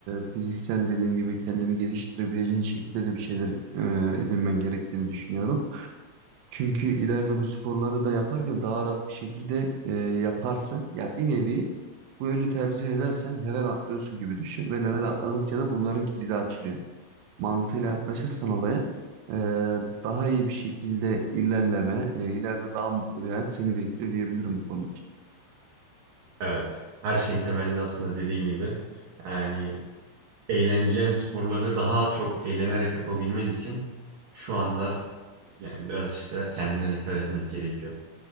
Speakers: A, on the right; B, on the right.
A: e, fiziksel dediğim gibi kendini geliştirebileceğin şekilde de bir şeyler e, edinmen gerektiğini düşünüyorum. Çünkü ileride bu sporları da yaparken daha rahat bir şekilde e, yaparsın. Ya bir nevi bu yönü tercih edersen level atlıyorsun gibi düşün ve level atladıkça da bunların kilidi açılıyor. Mantığıyla yaklaşırsan olaya e, daha iyi bir şekilde ilerleme, e, ileride daha mutlu bir hayat seni bekliyor diyebilirim bu konu için.
B: Evet. Her şeyin temelinde aslında dediğin gibi yani eğleneceğin sporları daha çok eğlenerek yapabilmen için şu anda yani biraz işte kendine dikkat etmek gerekiyor.